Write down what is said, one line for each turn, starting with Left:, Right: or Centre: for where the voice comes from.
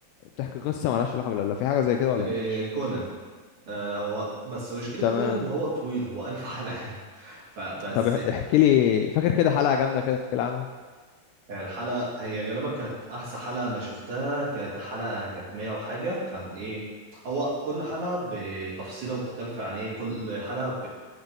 Left: بتحكي قصة مالهاش علاقة بالأولى في حاجة زي كده ولا
Right: إيه
Left: مفيش
Right: كونان آه هو بس مشكلة
Left: تمام
Right: كونان ان هو طويل هو ألف حلقة <laughs> فبس
Left: طب اح- احكي لي فاكر كده حلقة جامدة كده تحكي لي عنها
Right: يعني الحلقة هي غالبا كانت أحسن حلقة أنا شفتها كانت الحلقة كانت 100 وحاجة كان إيه هو كل حلقة بتفصيلة مختلفة يعني إيه كل حلقة